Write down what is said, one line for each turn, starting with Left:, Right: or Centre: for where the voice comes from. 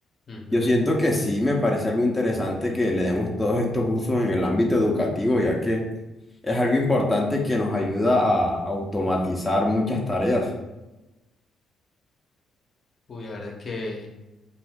Left: ujú.
Centre: yo siento que sí, me parece algo interesante que le demos todos estos usos en el ámbito educativo, ya que es algo importante que nos ayuda a automatizar muchas tareas.
Left: Uy, la verdad que...